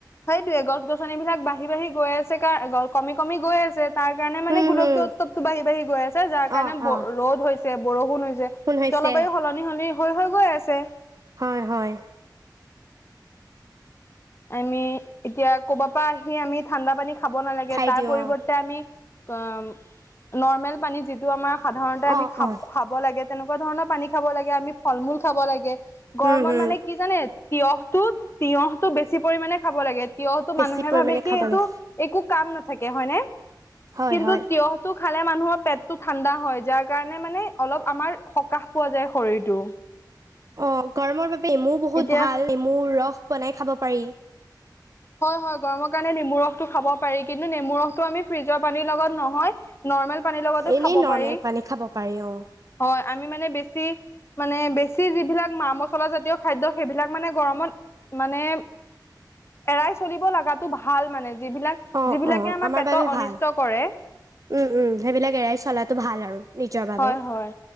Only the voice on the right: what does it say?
হুম
হুম
অ অ
শুন হৈছে
হয়, হয়,
খাই
দিওঁ
অ
অ অ
উম হুম
বেছি
পৰিমাণে
খাব
লাগে
হয়
হয়
অ', গৰমৰ বাবে নেমু বহুত
ভাল নেমুৰ ৰস বনাই খাব পাৰি
এনেই
নৰ্মেল
পানী খাব পাৰি অ
অ
অ
বাবে
ভাল
উম, উম, সেইবিলাক এৰাই চলাটো ভাল আৰু নিজৰ বাবে।